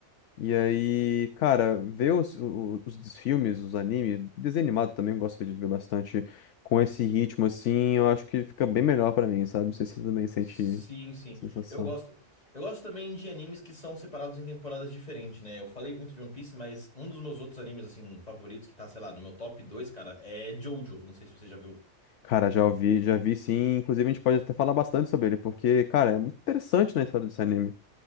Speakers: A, on the left; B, on the left.
A: E aí, cara, ver os, o- os, dos filmes, os animes, desenho animado também, eu gosto de ver bastante com esse ritmo, assim, eu acho que fica bem melhor pra mim, sabe? Não sei se você também sente
B: Sim, sim.
A: essa sensação.
B: Eu gosto. Eu gosto também de animes que são separados em temporadas diferentes, né? Eu falei muito de One Piece, mas um dos meus outros animes, assim, favoritos, que tá, sei lá, no meu top dois cara, é Jojo. Não sei se você já viu.
A: Cara, já ouvi, já vi sim. Inclusive, a gente pode até falar bastante sobre ele, porque, cara, é muito interessante, né, a história desse anime.